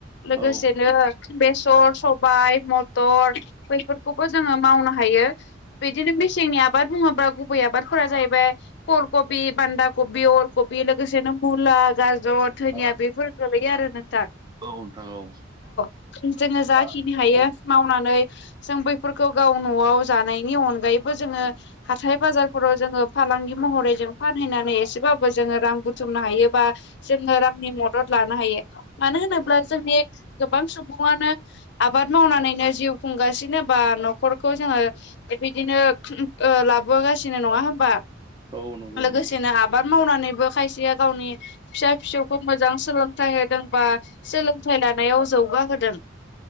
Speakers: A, on the left (about 60°); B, on the right (about 20°).
A: लोगोसेनो
B: औ
A: बेसर सबाय मथर बैफोरखौबो जोङो मावनो हायो बिदिनो मेसेंनि आबाद बुङोब्ला गुबै आबादफोरा जाहैबाय फुल कबि बान्दा कबि अल कबि लोगोसे बिदिनो मुला गाजर धोनिया
B: औ
A: बेफोर गोलैयो आरो नोंथां।
B: औ नोंथां औ।
A: जोङो जाखिनि
B: दा
A: हायो
B: औ औ
A: मावनानै जों बैफोरखौ गाव न'आव जानायनि अनगायै बो जोङो हाथाय बाजारफोराव जोङो फालांगि महरै जों फानहैनानै एसेबाबो जोङो रां बुथुम बुथुमनो हायो बा जोङो रांनि मदद लानो हायो मानो
B: औ
A: होनोब्ला जोंनि गोबां सुबुं सुबङनो आबाद मावनानैनो जिउ खुंगासिनो बा न'खरखौ जोङो बेबायदिनो उम ओ लाबोगासिनो नङा होमबा?
B: औ नंगौ
A: लोगोसेनो
B: नंगौ।
A: आबाद मावनानैबो खायसेया गावनि फिसा फिसौखौ मोजां सोलोंथाइ होदोंबा सोलोंथाय लान लानायाव जौग होदों